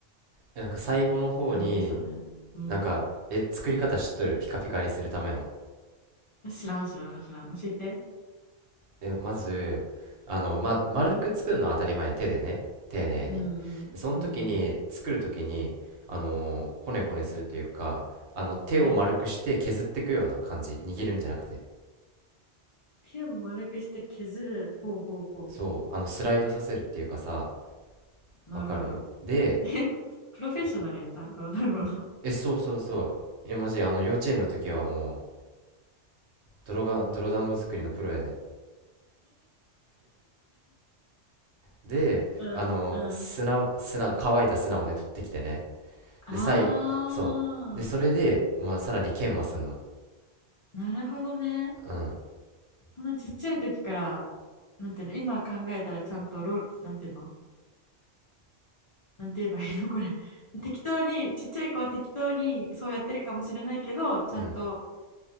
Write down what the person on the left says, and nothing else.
時間でしたね。うん。
知らん知らん知らん。教えて。
うんうん。
うん。
はい。
手を丸くして削る。ほうほうほ
う。なるほど。
え、プロフェッショナルやった泥団子の。
うんうん
あ
ー、なるほどね。
そんなちっちゃい時から、なんていうの、今考えたらちゃんとロ、なんていうの、なんて言えばいいの、<laughs> これ。適当に、ちっちゃい子は適当にそうやってるかもしれないけど、ちゃんと